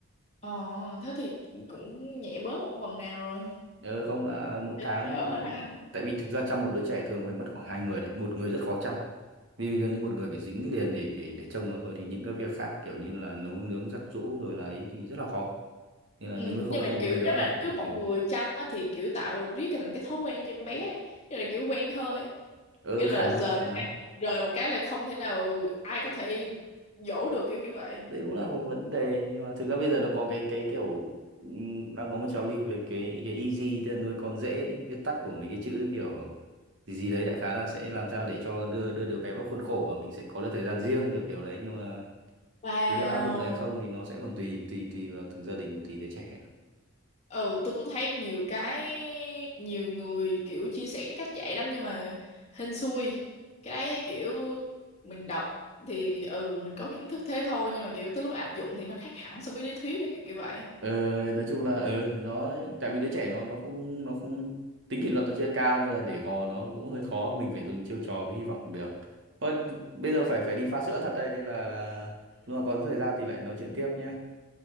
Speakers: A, on the left; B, on the right.
A: Ờ, thế thì cũng nhẹ bớt một phần nào rồi.
B: Ờ, không là mỗi
A: Thế
B: tháng
A: thì đỡ
B: ừ,
A: hơn ha.
B: tại vì thực ra chăm một đứa trẻ thường phải mất khoảng hai người đấy, một người rất khó chăm. Vì gần như một người phải dính liền để để để trông nó rồi thì những cái việc khác kiểu như là nấu nướng giặt giũ rồi là ấy thì rất là khó. Nên là
A: Ừ,
B: nếu không
A: nhưng mà
B: không có
A: kiểu
B: người đỡ
A: nếu
B: là
A: mà
B: phải
A: cứ một
B: ừ,
A: người chăm á, thì kiểu tạo riết cái- thành cái thói quen cho bé ấy. Như là kiểu quen hơi
B: Ờ,
A: kiểu là
B: khả năng
A: rời
B: khả năng
A: rời một cái là không thể nào ai có thể dỗ được kiểu kiểu vậy
B: đấy cũng là một vấn đề nhưng mà thực ra bây giờ nó có cái cái kiểu ừm, đang có một trào lưu về cái cái easy tức là nuôi con dễ viết tắt của mấy cái chữ kiểu gì gì đấy đại khái là sẽ làm sao để cho đưa đưa được bé vào khuôn khổ và mình sẽ có được thời gian riêng kiểu kiểu đấy nhưng mà
A: Wow.
B: cái việc áp dụng đấy hay không thì nó sẽ còn tùy tùy tùy vào từng gia đình và tùy đứa trẻ
A: Ừ, tôi cũng thấy nhiều cái nhiều người kiểu chia sẻ cái cách dạy lắm nhưng mà hên xui. Cái đấy kiểu mình đọc thì ừ mình có kiến thức thế thôi nhưng mà kiểu tới lúc áp dụng thì nó khác hẳn so với lý thuyết ấy, kiểu kiểu vậy.
B: Ờ, nói chung là ờ nó tại vì đứa trẻ nó nó không nó không tính kỷ luật nó chưa cao nên là để gò nó cũng hơi khó mình phải dùng chiêu trò với hy vọng được thôi bây giờ phải phải đi pha sữa thật đây nên là, là lúc nào có thời gian thì lại nói chuyện tiếp nhé